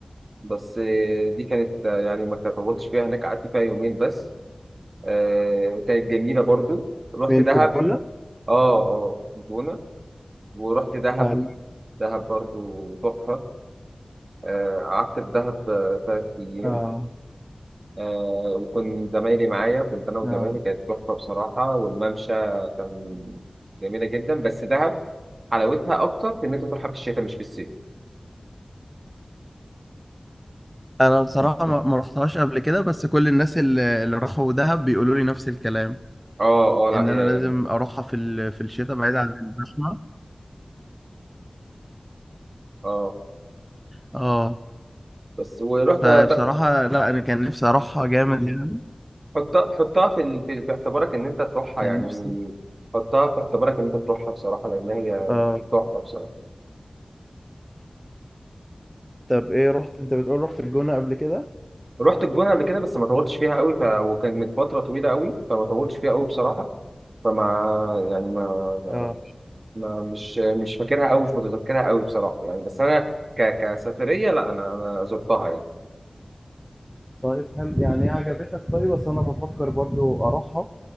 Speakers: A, on the right; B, in the centre.
A: بس آه، دي كانت آه، يعني ما طولتش فيها هناك قعدت فيها يومين بس آه كانت جميلة برضو رحت
B: فين
A: دهب
B: في الجونة؟
A: اه اه الجونة ورحت دهب
B: حلو
A: دهب برضو تحفة آه، قعدت في دهب آه، تلات أيام
B: آه
A: آه، وكنت زمايلي معايا كنت أنا وزمايلي
B: آه
A: كانت تحفة بصراحة والممشى كان جميلة جدا بس دهب حلاوتها أكتر في إن أنت تروحها في الشتاء مش في الصيف
B: انا بصراحه ما ما رحتهاش قبل كده بس كل الناس اللي اللي راحوا دهب بيقولوا لي نفس الكلام
A: أه أه لا
B: ان
A: هي
B: انا لازم
A: جميلة
B: اروحها في ال- في الشتاء بعيد عن الزحمه
A: أه
B: اه
A: بس ورحت
B: فبصراحه
A: آه،
B: لا انا كان نفسي اروحها جامد يعني
A: حطها حطها في ال- في في اعتبارك إن أنت تروحها
B: كان
A: يعني
B: نفسي
A: حطها في اعتبارك إن أنت تروحها بصراحة لأن هي
B: اه
A: تحفة بصراحة.
B: طب ايه رحت انت بتقول رحت الجونه قبل كده
A: رحت الجونة قبل كده بس ما طولتش فيها قوي ف... وكان من فترة طويلة قوي فما طولتش فيها قوي بصراحة فما يعني ما, ما...
B: اه
A: ما مش مش فاكرها قوي مش متذكرها قوي بصراحة يعني بس أنا ك... كسفرية لا أنا أنا زرتها يعني
B: طيب هل يعني ايه عجبتك طيب بس انا بفكر برضو اروحها